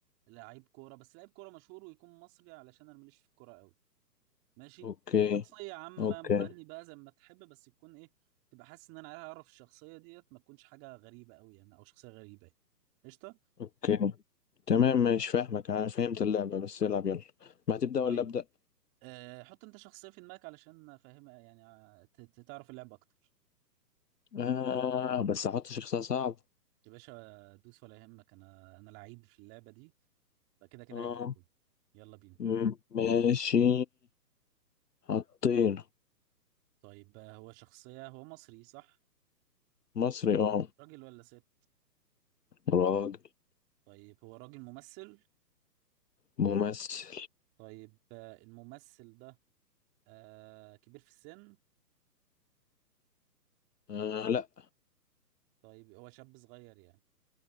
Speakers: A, on the right (about 25°); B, on the left (about 70°).
A: لعيب كورة بس لعيب كورة مشهور ويكون مصري علشان انا ماليش في الكورة قوي ماشي
B: أوكي
A: وشخصية عامة
B: أوكي
A: مغني بقى زي ما تحب بس تكون ايه تبقى حاسس ان انا عايز اعرف الشخصية ديت ما تكونش حاجة غريبة قوي يعني او شخصية غريبة يعني قشطة
B: أوكي تمام مش فاهمك أنا فهمت اللعبة بس العب يلا ما هتبدأ
A: طيب
B: ولا أبدأ؟
A: أه حط انت شخصية في دماغك علشان افهمها يعني ع- ت- ت- تعرف اللعبة اكتر
B: آه بس هحط شخصية صعب
A: يا باشا دوس ولا يهمك انا انا لعيب في اللعبة دي فكده كده
B: آه
A: هجيبه يلا بينا
B: م- ماشي حطينا
A: طيب آه، هو شخصية هو مصري صح
B: مصري آه
A: راجل ولا ست
B: راجل
A: طيب هو راجل ممثل
B: ممثل
A: طيب آه، الممثل ده أه كبير في السن
B: آه لأ
A: طيب هو شاب صغير يعني